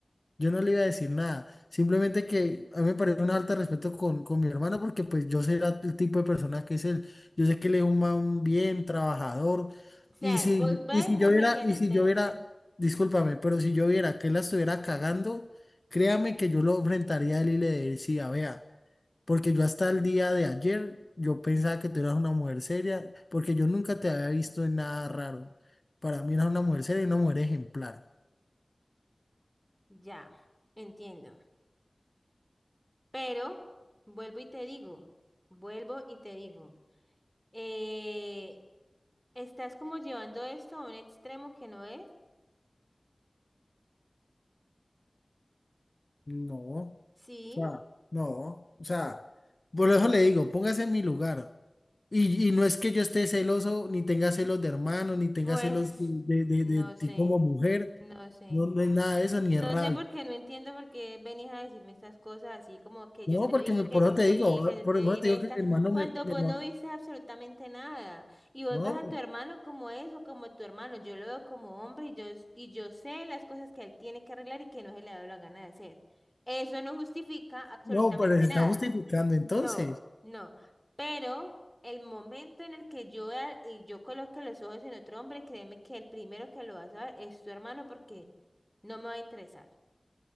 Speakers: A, on the left; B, in the centre.
A: Yo no le iba a decir nada. Simplemente que a mí me parece una falta de respeto con, con mi hermano porque pues yo sé la- el tipo de persona que es él. Yo sé que él es un man bien trabajador.
B: O sea,
A: Y si,
B: vos ves
A: y si
B: lo
A: yo hubiera,
B: que quieres
A: y si
B: ver.
A: yo hubiera, discúlpame, pero si yo viera que él la estuviera cagando, créame que yo lo enfrentaría a él y le decía, vea. Porque yo hasta el día de ayer, yo pensaba que tú eras una mujer seria, porque yo nunca te había visto en nada raro. Para mí eras una mujer seria y una mujer ejemplar.
B: Ya, entiendo. Pero vuelvo y te digo, vuelvo y te digo, eh, estás como llevando esto a un extremo que no es.
A: No, o
B: Sí,
A: sea, no, o sea, Por eso le digo, póngase en mi lugar. Y, y no es que yo esté celoso, ni tenga celos de hermano, ni tenga
B: pues,
A: celos de, de,
B: no
A: de ti
B: sé,
A: como mujer.
B: no sé.
A: No, no es nada de eso, ni
B: No
A: es rabia.
B: sé por qué, no entiendo por qué venís a decirme estas cosas así como que
A: No,
B: yo te
A: porque
B: vi,
A: me,
B: que
A: por
B: yo
A: eso
B: te
A: te digo,
B: vi,
A: ah,
B: que yo
A: por
B: te
A: eso
B: vi en
A: te
B: esta,
A: digo que mi hermano
B: cuando
A: me... me-
B: vos
A: no,
B: no viste absolutamente nada. Y vos
A: no,
B: ves a tu hermano como eso, como tu hermano. Yo lo veo como hombre y yo, y yo sé las cosas que él tiene que arreglar y que no se le da la gana de hacer. Eso no justifica absolutamente
A: no, pero se está
B: nada.
A: justificando entonces.
B: No, No, pero el momento en el que yo, vea- y yo coloque los ojos en otro hombre, créeme que el primero que lo va a saber es tu hermano porque no me va a interesar,